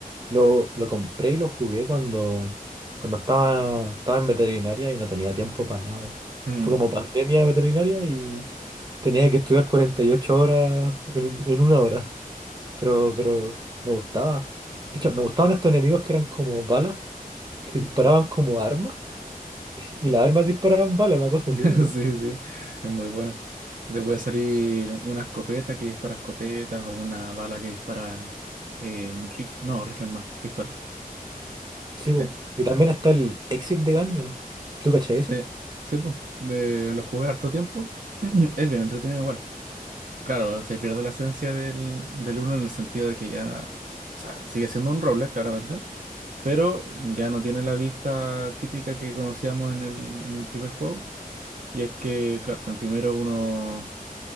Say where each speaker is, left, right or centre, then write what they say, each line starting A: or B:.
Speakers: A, on the right; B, on the right.
A: lo, lo compré y lo jugué cuando, cuando estaba, estaba en veterinaria y no tenía tiempo para nada.
B: Mm,
A: Fue como pandemia veterinaria y tenía que estudiar 48 horas en, en una hora. Pero, pero me gustaba. De hecho, me gustaban estos enemigos que eran como balas, que disparaban como armas. <laughs> Y las armas disparaban balas, una cosa
B: <laughs>
A: así, ¿o no?
B: Sí, sí, es muy buena. Te puede salir una escopeta que dispara escopetas o una bala que dispara eh, un rifle, no, rifle no, pistola.
A: Sí,
B: Sí.
A: po. Y también está el Exit de Gungeon. ¿Tú cachai ese?
B: Sí, sí, po. De, lo jugué harto tiempo. <clears throat> Es bien entretenido igual. Claro, se pierde la esencia del, del uno en el sentido de que ya, o sea, sigue siendo un roble, claramente, pero ya no tiene la vista típica que conocíamos en el, en el primer juego. Y es que, claro, en el primero uno